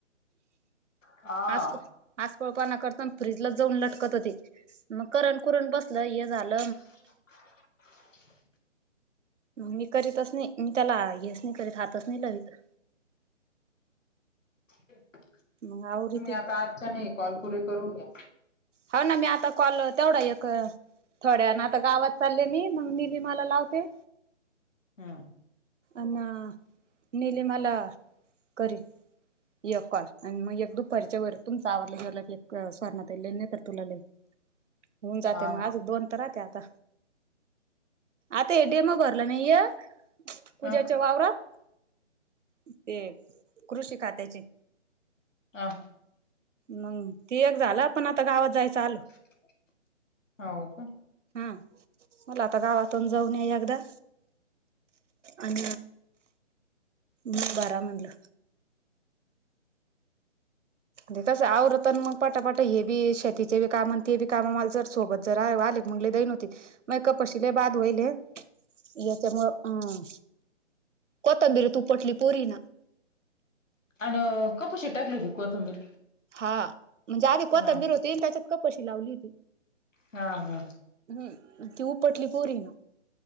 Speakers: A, on the left; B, on the right.
A: हा
B: आज, आज पळपा ना करता फ्रीजला जाऊन लट करत ते, मग करंट-कुरंट बसल हे झाल
A: <unintelligible>
B: मी करीतच नाही, मी त्याला हेच नाही करीत हातच नाही लवीत.
A: तुम्ही
B: मग आवरीते
A: आता आजच्या नाही, कॉलपुरे करून घ्या.
B: हाव ना मी आता कॉल तेवढं एक थोड्याना आता गावात चालले मी, मग निलीमाला लावते.
A: हा.
B: अन, निलिमाला करी. एक कॉल, आणि मग एक दुपारच्या वर तुमचा आवरला-बिवरलं की एक सुवर्णा ताई लावि, नाही तर तुला लावीन. होऊन जाते,
A: हा
B: मग
A: ना
B: आज दोन तर राहते आता. आता हे डेम भरलं नाही हे, पूज्याच्या
A: ह
B: वावरात? ते कृषी खात्याचे.
A: हा.
B: मंग, ती एक झालं पण आता गावात जायचं आल.
A: <unintelligible> हो का.
B: हा, मला आता गावातून जाऊन या एकदा. अन म भरा म्हणलं. ते तसं आवरत मग पटापट हे बी शेतीचे बी काम आणि ते बी काम मला जर सोबत जरा आले म्हणले दैन होती मग कपशीले बाध वहिले याच्यामुळे अं कोथंबीरीच उपटली पोरीन
A: अन कपशी टाकली होती कोथंबीर
B: हा म्हणजे आधी कोथंबीर
A: ह
B: होती अन त्याच्यात कपशी लावली होती
A: हा हा
B: हम् ती उपटली पोरीनं